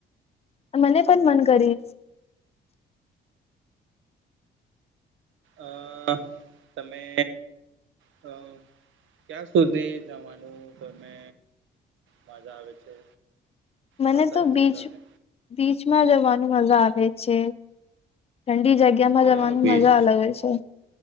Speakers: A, on the left; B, on the right.
A: મને પણ મન કરીશ
B: અહ તમે હમ ક્યાંસુધી જવાનું તમે? મજા આવે છે
A: મને
B: પસંદ
A: તો બીચ,
B: છે તને
A: બીચમાં જવાનું મજા આવે છે. ઠંડી જગ્યામાં
B: કયો
A: જવાની
B: બીચ
A: મજા અલગ હોય છે